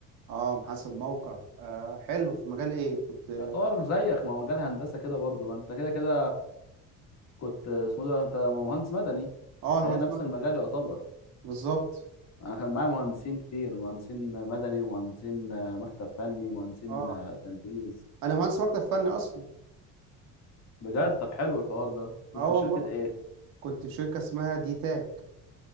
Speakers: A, on the right (about 80°); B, on the left (about 50°).
A: اه محاسب موقع آه حلو في مجال ايه كنت
B: يعتبر زيك ما هو مجال هندسه كده برضه ما انت كده كده كنت اسمه ده انت مهندس مدني
A: اه انا
B: فهي
A: مهندس
B: نفس
A: مدني
B: المجال يعتبر
A: بالظبط
B: انا كان معايا مهندسين كتير مهندسين مدني ومهندسين مكتب فني مهندسين
A: اه
B: تنفيذ
A: انا مهندس مكتب فني اصلا
B: بجد طب حلو الحوار ده كنت
A: اه والله
B: في شركة ايه
A: كنت في شركة اسمها دي تاك